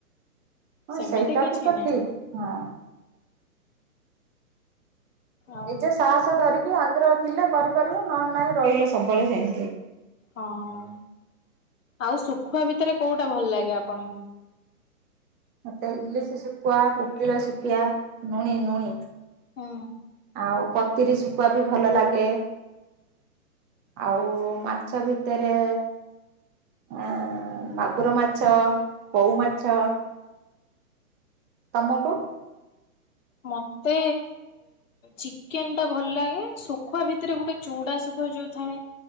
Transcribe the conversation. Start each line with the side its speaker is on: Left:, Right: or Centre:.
Right: ହଁ
Left: ସେମିତି
Right: ସେଇଟା
Left: କିଛି
Right: ବି ତ
Left: ନାହିଁ
Right: ଠିକ ହଁ।
Left: ଆଉ
Right: ନିଜେ ସାହସ ଧରିକି ଆଗ୍ରହ ଥିଲେ କରିପାରିବ ନ ନାଇଁ ରହିଲ ସବୁବେଳେ ସେମତି।
Left: ହଁ ଆଉ ଶୁଖୁଆ ଭିତରେ କୋଉଟା ଭଲ ଲାଗେ ଆପଣଙ୍କୁ?
Right: ମତେ ଇଲିସ ଶ ସୁଖିବା କୁକିଳ ସୁଖିଆ ନୁଣିି ନୁଣି।
Left: ହୁଁ।
Right: ଆଉ ପତିରି ଶୁଖୁଆ ବି ଭଲ ଲାଗେ। ଆଉ ମାଛ ଭିତରେ ଆ ମାଗୁର ମାଛ କଉ ମାଛ। ତମକୁ?
Left: ମତେ ଚିକେନ ଟା ଭଲ ଲାଗେ, ଶୁଖୁଆ ଭିତରେ ଗୋଟେ ଚଉଡା ଶୁଖୁଆ ଯୋଉ ଥାଏ।